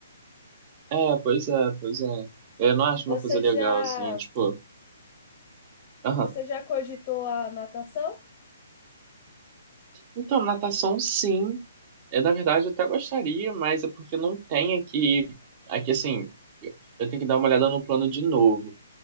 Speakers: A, on the right; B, on the left.
A: É, pois é, pois é. Eu não acho
B: Você
A: uma coisa legal,
B: já,
A: assim, tipo, aham.
B: você já cogitou a natação?
A: Então, natação sim. É, na verdade, eu até gostaria, mas é porque não tem aqui. Aqui, assim, eu, eu tenho que dar uma olhada no plano de novo.